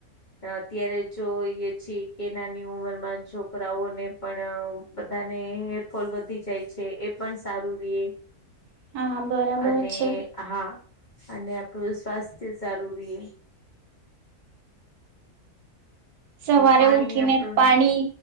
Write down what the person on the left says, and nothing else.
ર અત્યારે જો એ પછ કે નાની ઉંમર માં છોકરાઓને પણ બધાને ફલ વધી જાય છે એ પણ સારું રએ
અને
હા અને આપણું સ્વાસ્થ્ય સારું રે.
અને પાણી
આપણ